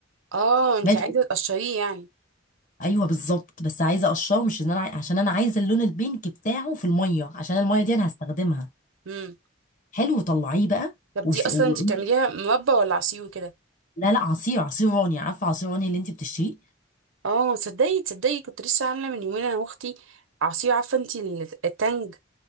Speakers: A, on the right; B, on the left.
A: اه انت
B: ماشي
A: عايزه تقشريه يعني
B: ايوه بالظبط بس عايزه اقشره مش ان انا عاي- عشان انا عايزه اللون البينك بتاعه في الميه عشان الميه دي انا هستخدمها
A: مم.
B: حلو طلعيه بقى
A: طب
B: وس...
A: دي اصلا
B: و...
A: انت بتعمليها مربى ولا عصير وكده
B: لا لا عصير عصير راني عارفه عصير راني اللي انت بتشتريه
A: اه تصدقي تصدقي كنت لسه عامله من يومين انا واختي عصير عارفه انت ال- التانج